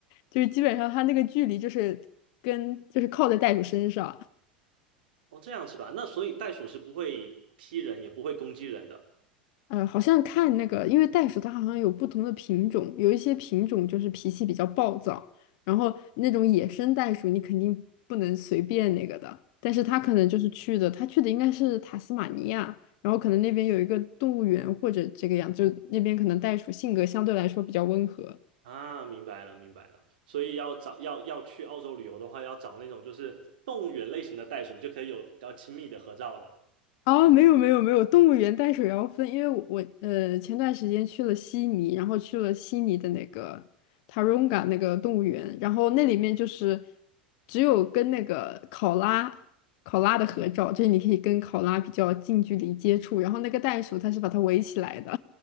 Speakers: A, on the left; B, on the right.
A: 就是基本上他那个距离就是跟就是靠在袋鼠身上，
B: 哦，这样是吧？那所以袋鼠是不会踢人，也不会攻击人的
A: 呃，好像看那个，因为袋鼠它好像有不同的品种，有一些品种就是脾气比较暴躁，然后那种野生袋鼠你肯定不能随便那个的，但是它可能就是去的，它去的应该是塔斯马尼亚，然后可能那边有一个动物园或者这个样，就那边可能袋鼠性格相对来说比较温和。
B: 啊。明白了，明白了。所以要找要要去澳洲旅游的话，要找那种就是动物园类型的袋鼠，就可以有比较亲密的合照了
A: 哦，没有没有没有，动物园淡水要分，因为我呃前段时间去了悉尼，然后去了悉尼的那个 Taronga 那个动物园，然后那里面就是只有跟那个考拉考拉的合照，就是你可以跟考拉比较近距离接触，然后那个袋鼠它是把它围起来的。